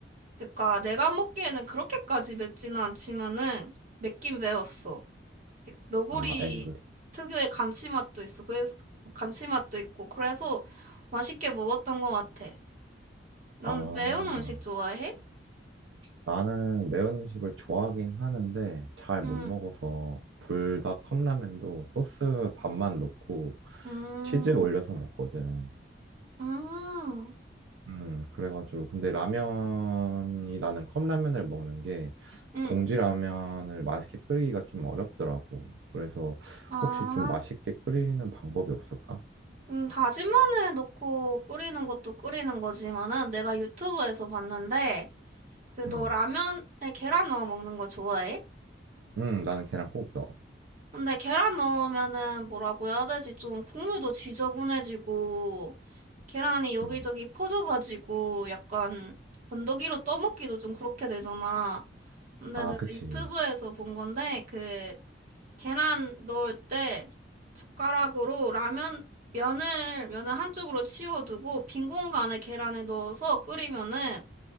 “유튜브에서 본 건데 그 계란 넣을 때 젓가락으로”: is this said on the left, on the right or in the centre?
Right